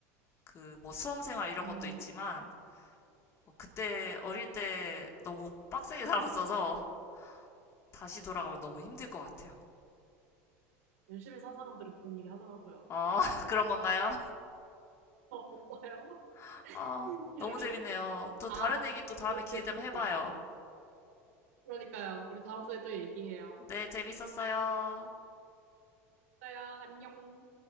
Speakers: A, on the left; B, on the right.
A: 그 뭐 수험 생활 이런
B: 음,
A: 것도 있지만 뭐 그때 어릴 때 너무 빡세게 살았어서 <laughs> 다시 돌아가면 너무 힘들 것 같아요.
B: 열심히 산 사람들은 그런 얘기 하더라고요.
A: 아, <laughs> 그런 건가요?
B: 어, 없어요?
A: <laughs> 아,
B: <laughs> 그래가지고
A: 너무 재밌네요. 또
B: 아,
A: 다른 얘기 또 다음에
B: 너무
A: 기회
B: 좋을
A: 되면
B: 것
A: 해봐요.
B: 같아요. 그러니까요. 우리 다음 주에 또 얘기해요.
A: 네, 재밌었어요.
B: 그래요 안녕.